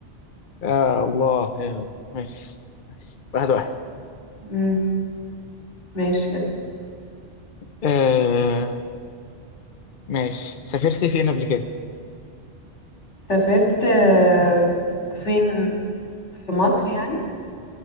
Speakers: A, on the left (about 55°); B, on the left (about 85°).
A: آه، الله يلا. ماشي ماشي واحد واحد
B: مم. ماشي اس-
A: آه ماشي سافرت فين قبل كده؟
B: سافرت آه، فين في مصر يعني